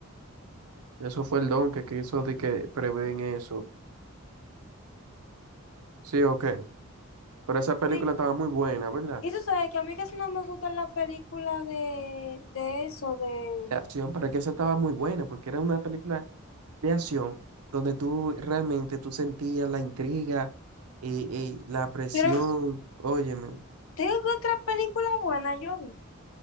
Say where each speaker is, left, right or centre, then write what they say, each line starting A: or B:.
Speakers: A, on the right; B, on the left.
A: Eso fue el don que quiso de que prevén eso. Sí, ok. Pero esa película
B: Sí,
A: estaba muy buena, ¿verdad?
B: Y tú sabes que a mí casi no me gustan las películas de, de eso, de...
A: De acción, pero que esa estaba muy buena, porque era una película de acción donde tú realmente tú sentías la intriga y, y la presión.
B: Pero
A: Óyeme,
B: tengo otra película buena, yo vi.